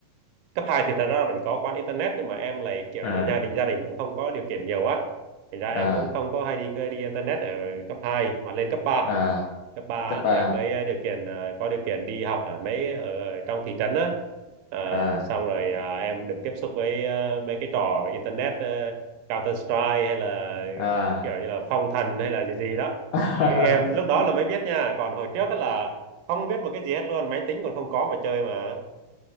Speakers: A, on the right; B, on the left.
A: cấp 2 thì thật ra là vẫn có quán internet nhưng mà em lại kiểu
B: ờ
A: như là gia đình gia đình cũng không có điều kiện nhiều á thành ra em
B: ờ
A: cũng không có hay đi đi internet ở cấp hai mà lên cấp ba,
B: ờ
A: cấp 3
B: cấp
A: á,
B: ba
A: thì em mới ờ, điều kiện à, có điều kiện đi học ở mấy ở, ở trong thị trấn á Ờ,
B: à
A: xong rồi à, em được tiếp xúc với à, mấy cái trò internet à, Counter Strike hay là
B: à.
A: kiểu như là phong thần hay là gì gì đó
B: <laughs>
A: mấy cái game lúc đó là mới biết nha còn hồi trước á là không biết một cái gì hết luôn máy tính còn không có mà chơi mà